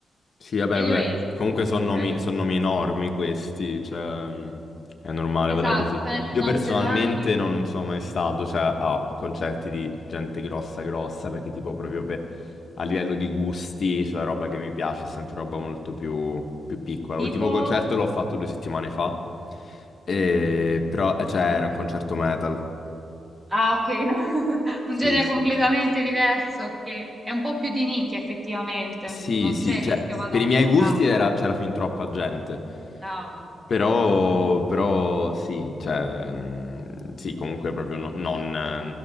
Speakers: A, on the left; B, on the right.
A: Sì, vabbè,
B: E gli
A: vabbè.
B: Oasis,
A: Comunque sono
B: gli
A: nomi,
B: Oasis.
A: son nomi enormi questi, cioè mh, è normale,
B: Esatto,
A: vada così.
B: sono internazionali,
A: Io personalmente non sono mai stato, cioè, a concerti di gente grossa grossa, perché tipo proprio per, a livello di gusti, cioè la roba che mi piace è sempre roba molto più, più piccola.
B: tipo...
A: L'ultimo concerto l'ho fatto due settimane fa, e- però, eh, cioè, era un concerto metal.
B: Ah, ok, no. <laughs> Un
A: Sì,
B: genere
A: sì.
B: completamente diverso che è un po' più di nicchia effettivamente,
A: Sì,
B: non
A: sì,
B: c'è il
A: cioè,
B: rischio vada
A: per
B: un
A: i miei
B: sold
A: gusti
B: out.
A: era- c'era fin troppa gente.
B: Ah.
A: Però, però sì, cioè, mm, sì, comunque proprio no- non, eh,